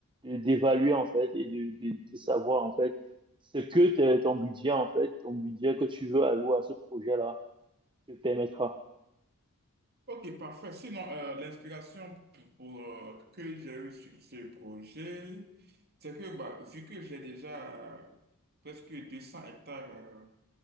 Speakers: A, on the right; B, on the right.
A: d'évaluer en fait et de, de, de savoir en fait ce que t'es- ton budget en fait, ton budget que tu veux allouer à ce projet-là te permettra.
B: Ok, parfait. Sinon, euh, l'inspiration pour, pour, euh, que j'ai eue sur ce projet, c'est que bah, vu que j'ai déjà euh, presque 200 hectares euh,